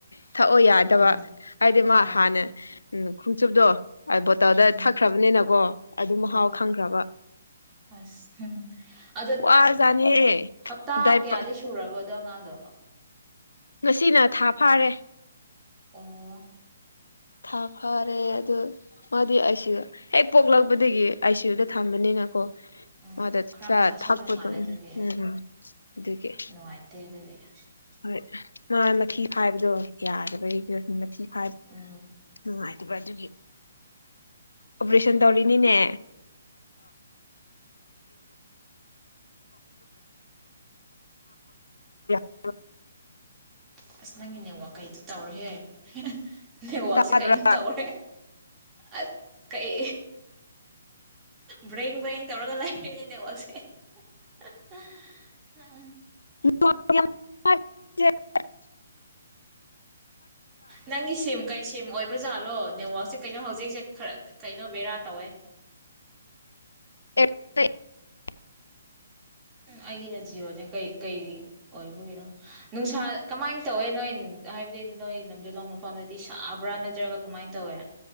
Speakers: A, on the left (about 85°); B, on the right (about 25°).
A: ꯊꯛꯑꯣ ꯌꯥꯗꯕ
B: ꯑꯣ
A: ꯍꯥꯏꯗꯤ ꯃꯥ
B: ꯑꯣ
A: ꯍꯥꯟꯅ ꯎꯝ ꯈꯣꯡꯆꯨꯞꯗꯣ ꯕꯣꯇꯜꯗ
B: ꯎꯝ
A: ꯊꯛꯈ꯭ꯔꯕꯅꯤꯅꯀꯣ ꯑꯗꯨ ꯃꯍꯥꯎ
B: ꯑꯣ
A: ꯈꯪꯈ꯭ꯔꯕ
B: ꯑꯁ ꯎꯝ ꯑꯗꯣ
A: ꯋꯥꯖꯥꯠꯅꯤꯍꯦ
B: ꯍꯞꯇꯥ
A: ꯗꯥꯏꯄꯔ
B: ꯀꯌꯥꯗꯤ ꯁꯨꯔꯕ ꯕꯗ ꯑꯉꯥꯡꯗ
A: ꯉꯁꯤꯅ ꯊꯥ ꯐꯥꯔꯦ
B: ꯑꯣ
A: ꯊꯥ ꯐꯔꯦ ꯑꯗꯨ ꯃꯥꯗꯤ ꯑꯥꯏ ꯁꯤꯌꯨ ꯍꯦꯛ ꯄꯣꯛꯂꯛꯄꯗꯒꯤ ꯑꯥꯏ ꯁꯤꯌꯨꯗ ꯊꯝꯕꯅꯤꯅꯀꯣ
B: ꯎꯝ
A: ꯑꯗ
B: ꯈꯔ ꯃꯁꯥ ꯁꯣꯟꯕ
A: ꯊꯛꯄꯗꯣ
B: ꯃꯥꯜꯂꯦ ꯑꯗꯨꯗꯤ
A: ꯎꯝ ꯎꯝ ꯑꯗꯨꯒꯤ
B: ꯅꯨꯡꯉꯥꯏꯇꯦ <inaudible>
A: ꯍꯣꯏ ꯃꯥ ꯃꯊꯤ ꯐꯥꯏꯕꯗꯣ ꯌꯥꯗꯕ ꯃꯊꯤ ꯐꯥꯏꯕ
B: ꯎꯝ
A: ꯅꯨꯡꯉꯥꯏꯗꯕ ꯑꯗꯨꯒꯤ ꯑꯣꯄ꯭ꯔꯦꯁꯟ ꯇꯧꯔꯤꯅꯤꯅꯦ ꯋꯥ
B: <unintelligible> <unintelligible> ꯅꯋꯥꯛꯁꯦ
A: ꯇꯥꯕ꯭ꯔꯥ
B: ꯀꯩꯅꯣ ꯇꯧꯔꯦ ꯑ ꯀꯩ ꯕ꯭ꯔꯦꯡ ꯕ꯭ꯔꯦꯡ ꯇꯧꯔꯒ ꯂꯩꯅꯦ ꯅꯦꯠꯋꯥꯛꯁꯦ <unintelligible>
A: <unintelligible>
B: ꯅꯪꯒꯤꯁꯤꯝ ꯀꯩ ꯁꯤꯝ ꯑꯣꯏꯕꯖꯥꯠꯂꯣ ꯅꯦꯠꯋꯥꯛꯁꯦ ꯀꯩꯅꯣ ꯍꯧꯖꯤꯛꯁꯦ ꯈꯔ ꯀꯩꯅꯣ ꯕꯦꯔꯥ ꯇꯧꯋꯦ
A: <unintelligible>
B: ꯎꯝ ꯑꯩꯒꯤ ꯔꯖꯤꯌꯣꯅꯦ ꯀꯩ ꯀꯩ ꯑꯣꯏꯕꯨꯒꯤꯔꯣ ꯅꯨꯡꯁꯥ ꯀꯃꯥꯏꯅ ꯇꯧꯋꯦ ꯅꯣꯏ ꯍꯥꯏꯕꯗꯤ ꯅꯣꯏ ꯅꯨꯡꯗꯤꯜ ꯂꯣꯡ ꯃꯄꯥꯐꯝꯗꯗꯤ ꯁꯥꯕ꯭ꯔꯥ ꯅꯠꯇ꯭ꯔꯒ ꯀꯃꯥꯏꯅ ꯇꯧꯋꯦ